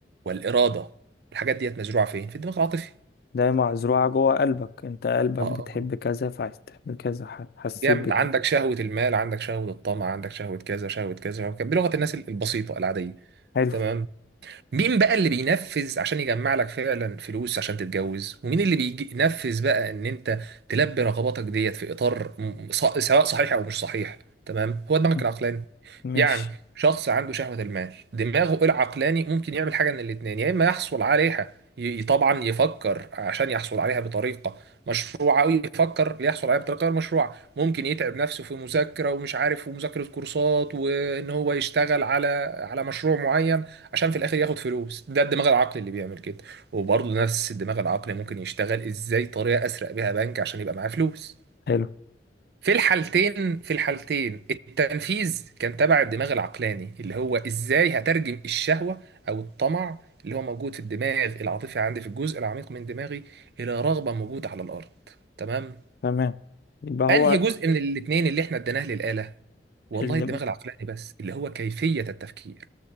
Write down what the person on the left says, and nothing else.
ده مزروعة جوه قلبك انت قلبك
بتحب
كذا فعايز تعمل كذا ح- حسيت
بكذا
حلو
م.
ماشي
حلو
تمام يبقى هو
اللي
م-